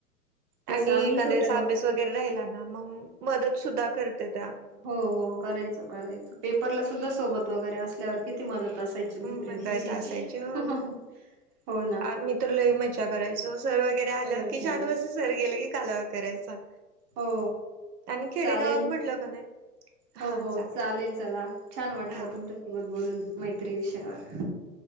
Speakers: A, on the right; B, on the right.
A: तेच
B: आणि
A: आम्ही
B: एखाद्या
A: छोट्या मोठ्या
B: अभ्यास वगैरे राहिला ना मग मदत सुद्धा करते त्या.
A: हो हो करायचो करायच पेपरला सुद्धा सोबत वगैरे असल्यावर किती मदत असायची.
B: मदत
A: मैत्रिणींची
B: असायची हो
A: हो
B: ना.
A: ना.
B: मी तर लई मज्जा करायचो सर वगैरे आलं
A: हो
B: की
A: हो
B: शांत बसून सर गेलं की कालवा करायचा.
A: हो
B: आणि खेडेगावात
A: चालेल
B: म्हटलं का नाही. हा
A: हो हो
B: चालत
A: चालेल चला छान वाटलं
B: हा
A: तुमच्यासोबत बोलून मैत्री विषयावर.